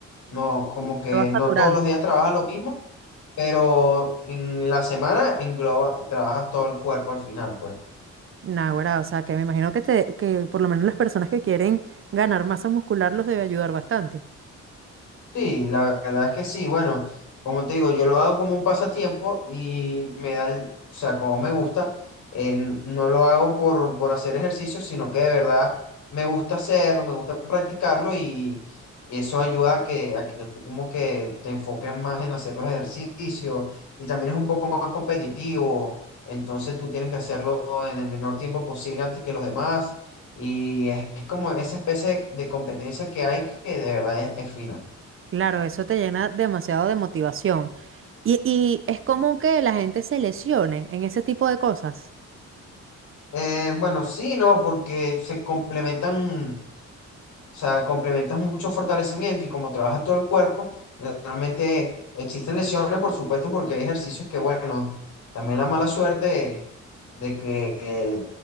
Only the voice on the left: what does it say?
no, como que
no
todos los días trabajas lo mismo pero en la semana engloba, trabajas todo el cuerpo al final, pues.
Sí, la verdad es que sí. Bueno, como te digo, yo lo hago como un pasatiempo y me da, el- o sea, como me gusta, eh, no lo hago por, por hacer ejercicio, sino que de verdad me gusta hacerlo, me gusta practicarlo y, y eso ayuda a que, a que tú como que te enfoques más en hacer los ejercicios y también es un poco más competitivo, entonces tú tienes que hacerlo en el menor tiempo posible antes que los demás y es, es como esa especie de, de competencia que hay que de verdad es es fina.
Eh, bueno, sí, no, porque se complementan, o sea, complementan mucho fortalecimiento y como trabaja todo el cuerpo, eh, realmente existen lesiones, por supuesto, porque hay ejercicios que, bueno, también la mala suerte de que, eh,